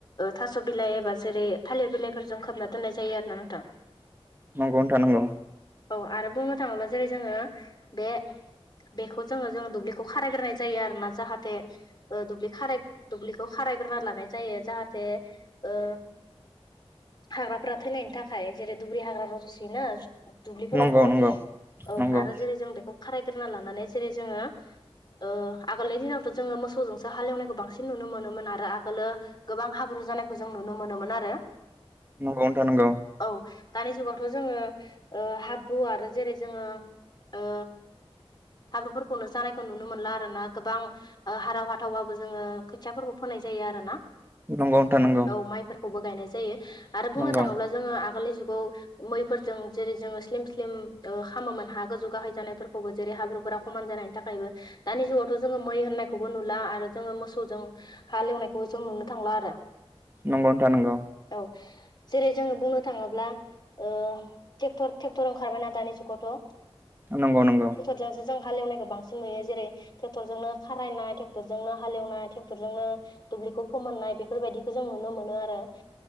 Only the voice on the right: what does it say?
नंगौ नोंथां नंगौ।
नंगौ
नोंथां नंगौ
नंगौ नोंथां नोंगौ।
नंगौ नोंथां नंगौ
नंगौ नोंथां नंगौ नोंथां नंगौ नोंथां नंगौ
नंगौ नथा नोंगौ।
नंगौ नंगौ